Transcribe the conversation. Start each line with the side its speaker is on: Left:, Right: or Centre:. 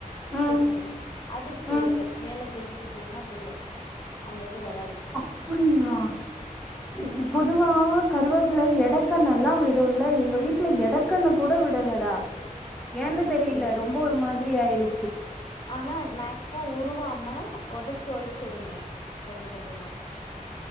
Centre: ம்
Left: திருநீர் அது தி
Centre: ம்
Left: மேல தெள்ச்சு விட்டீங்ன்னா போய்டு அந்த இது வராது
Centre: அப்புடியா இ
Left: ம்
Centre: பொதுவா கருவேப்புல எட கன் நல்லா விடுல்ல எங்க வீட்டுல எடக்கன்னு கூட விடலடா ஏன்னு
Left: அப்டியா
Centre: தெரியில ரொம்ப ஒரு மார் த்ரி ஆய்டு
Left: ஆனா மேக்ஸ்மம் உருவாம் ம ஒடச்சு ஒடச்சு எடுங்க கொஞ்சொ கொஞ்சமா